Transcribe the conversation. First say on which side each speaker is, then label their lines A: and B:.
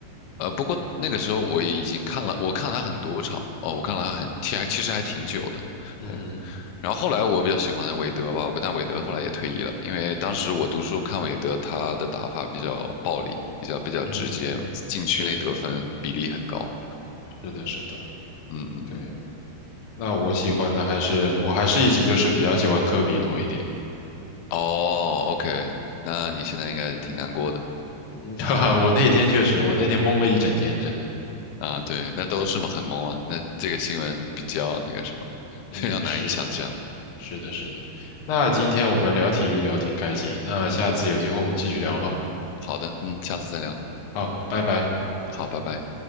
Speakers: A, on the left; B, on the left.
A: 呃，不过那个时候我也已经看了，我看了他很多场哦，我看了他很，其还其实还挺久的。
B: 嗯
A: 对，然后后来我比较喜欢的韦德吧，但韦德后来也退役了，因为当时我读书看韦德，他的打法比较暴力，比较比较直接嘛，
B: 嗯嗯，
A: 禁区内得分比例很高。
B: 是是的，是的，
A: 嗯嗯嗯，
B: 对。那我喜欢的还是，我还是一直就是比较喜欢科比多一点。
A: 哦，OK，那你现在应该挺难过的。
B: <laughs> 哈哈，我那天确实，我那天懵了一整天，真的。
A: 啊，对，那都是嘛，很懵啊。那这个新闻比较那个什么，<laughs>
B: 嗯，
A: 非常难以想象。
B: 是是的，是的。那今天我们聊体育聊挺开心，那下次有机会我们继续聊吧。
A: 好的，嗯，下次再聊。
B: 嗯，好，拜拜。
A: 好，拜拜。